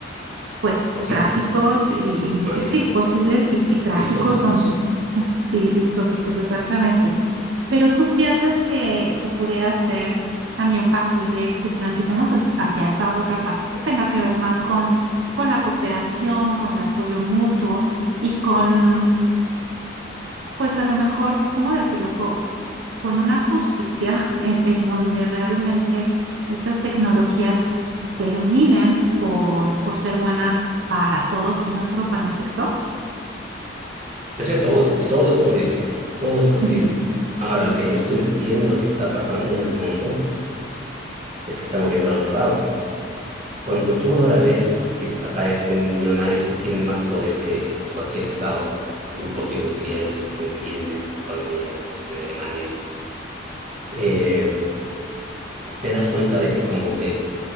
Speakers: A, on the right; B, on the right.
A: pues
B: Posibles.
A: trágicos y, y-
B: Ah,
A: y
B: ya.
A: sí, posibles y, y trágicos
B: Distópicos.
A: donde, mm, sí, distópicos, exactamente. Pero tú piensas que, que pudiera ser también factible que transitemos as- hacia esta otra parte que tenga que ver más con, con la cooperación, con el apoyo mutuo y con, pues a lo mejor, ¿cómo decirlo? con una justicia en, en donde realmente estas tecnologías terminen por, por ser buenas para todos y no solo para un sector.
B: Ese todo, todo es posible. Todo es posible.
A: Ujú,
B: Ahora, lo que yo estoy viendo que está pasando en el mundo es que estamos yendo al otro lado. Cuando tú ahora ves que aparecen millonarios que tienen más poder que cualquier estado, grupos financieros que tienen 10 veces la economía de, no sé, de Alemania, eh, te das cuenta de que como que